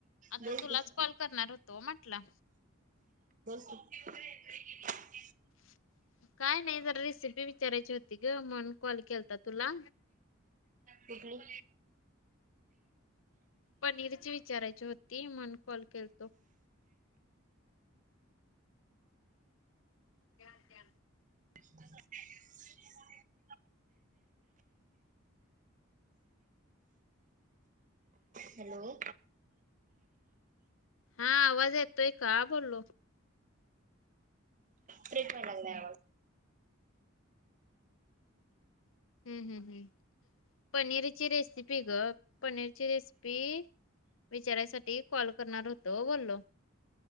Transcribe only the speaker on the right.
बोल
की.
<unintelligible>
कुठली?
<unintelligible> हॅलो,
ब्रेक वाहलाय आवाज.